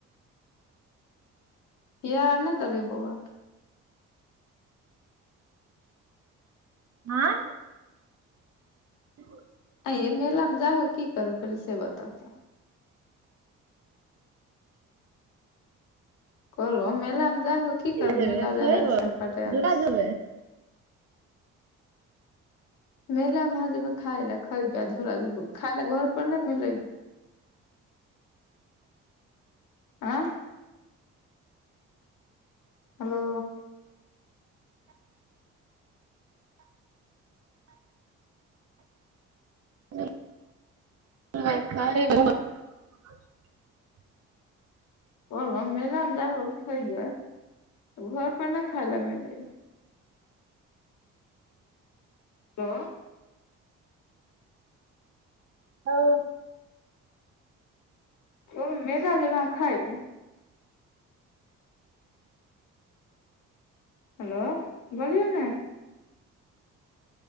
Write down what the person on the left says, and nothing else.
खीरा यार नै देलही बौआके
आ ये मेलामे जाहो क की करबै पहले से बताउ त कहलहु मेलामे जा कऽ की करबै
मेला
जाय लए छटपटायल
छी
मेला में अहा जेबय खाय ल खायबै आ झूला झुलबय खायल घर पर ने मिलै
आँ हेलो
कहलौं मेलामे जा कर खइबै घर पर नइ खाइलय मिलय य हो लो
ओ मेला जेबै अहाँ खाइ लए हेलो बोलियौ ने